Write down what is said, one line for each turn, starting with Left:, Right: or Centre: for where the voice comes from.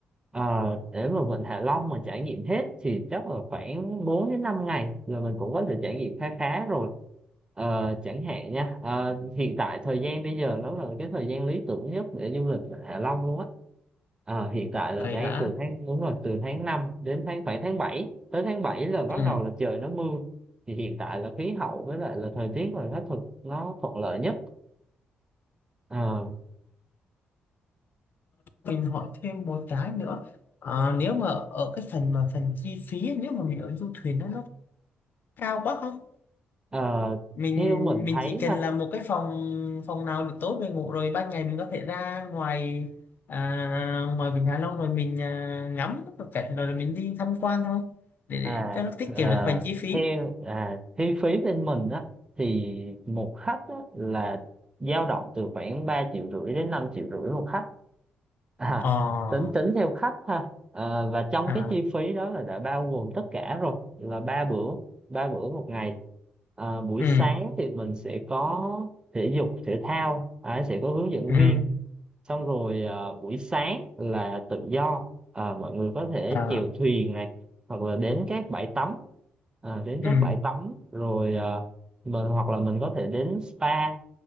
Right: Ờ, để mà Vịnh Hạ Long mà trải nghiệm hết thì chắc là khoảng 4 đến 5 ngày là mình cũng có thể trải nghiệm khá khá rồi. Ờ, chẳng hạn nha, ờ, hiện tại thời gian bây giờ nó là cái thời gian lý tưởng nhất để du lịch Vịnh Hạ Long luôn á. Ờ, hiện tại là
Left: Vậy
Right: đang
Left: hả?
Right: từ tháng đúng rồi từ tháng 5 đến tháng khoảng tháng bảy tới tháng bảy là bắt
Left: Ừ.
Right: đầu là trời nó mưa thì hiện tại là khí hậu với lại là thời tiết là nó thuận nó thuận lợi nhất Ờ,
Left: Mình hỏi thêm một cái nữa. Ờ, nếu mà ở cái phần mà phần chi phí nếu mà mình ở du thuyền đó nó cao quá không?
Right: ờ,
Left: mình
Right: theo mình
Left: mình
Right: thấy
Left: chỉ cần
Right: ha
Left: là một cái phòng phòng nào được tốt về ngủ rồi ban ngày mình có thể ra ngoài à, ngoài Vịnh Hạ Long rồi mình à, ngắm một cảnh rồi mình đi tham quan thôi để, để
Right: à
Left: cho nó tiết
Right: th- ờ,
Left: kiệm được phần chi phí
Right: theo à, chi phí bên mình á thì một khách á, là dao động từ khoảng 3 triệu rưỡi đến 5 triệu rưỡi một khách à,
Left: ờ
Right: tính tính theo khách ha Ờ, và trong
Left: à
Right: cái chi phí đó là đã bao gồm tất cả rồi là ba bữa ba bữa một ngày Ờ, buổi
Left: ừ
Right: sáng thì mình sẽ có thể dục thể thao à, sẽ có hướng dẫn
Left: ừ
Right: viên xong rồi à, buổi sáng là tự do à, mọi người có thể
Left: à
Right: chèo thuyền này hoặc là đến các bãi tắm à, đến
Left: ừ
Right: các bãi tắm rồi à, mình hoặc là mình có thể đến spa